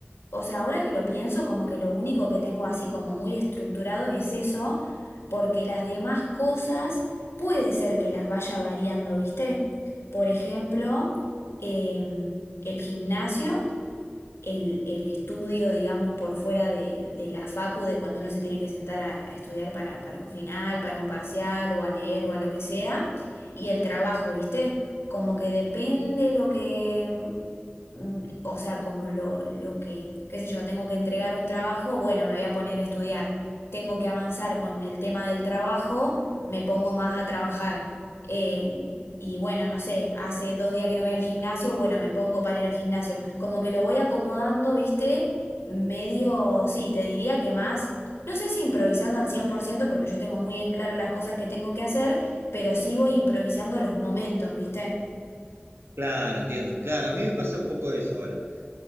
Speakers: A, on the left (about 90°); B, on the right (about 75°).
A: o sea, ahora que lo pienso, como que lo único que tengo así como muy estructurado es eso, porque las demás cosas puede ser que las vaya variando, ¿viste? Por ejemplo, em, el gimnasio, el, el estudio, digamos, por fuera de, de la facu, de cuando uno se tiene que sentar a, a estudiar para, para un final, para un parcial, o a leer, o a lo que sea, y el trabajo, ¿viste? Como que depende lo que, mm, mm, o sea, como lo, lo que, qué sé yo, tengo que entregar un trabajo, bueno, me voy a poner a estudiar. Tengo que avanzar con el tema del trabajo, me pongo más a trabajar. Eh, y bueno, no sé, hace dos días que no voy al gimnasio, bueno, me pongo para ir al gimnasio. Como que lo voy acomodando, ¿viste? Medio, sí, te diría que más, no sé si improvisando al 100% porque yo tengo muy en claro las cosas que tengo que hacer, pero sí voy improvisando los momentos, ¿viste?
B: Claro, entiendo. Claro, a mí me pasa un poco eso ahora.